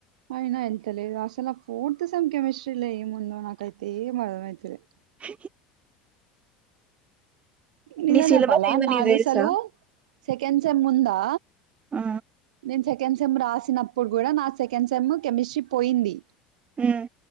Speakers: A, on the right; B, on the right.
A: అయినా వెళ్తలేదు ఆసలు ఆ ఫోర్త్ సెమ్ కెమస్ట్రీ లో ఏ ముందు నాకైతే ఏం అర్థమై తలేదు
B: అ
A: నిజం
B: నీ సిలబస్
A: చెప్పాల
B: ఏందో
A: నాది
B: నీకు తెలుసా
A: అసలు సెకెండ్ సెమ్ ఉందా
B: ఆ
A: నేను సెకండ్ సెమ్ రాసినప్పుడు కూడా నా సెకండ్ సెమ్ కెమిస్ట్రీ పోయింది
B: ఉమ్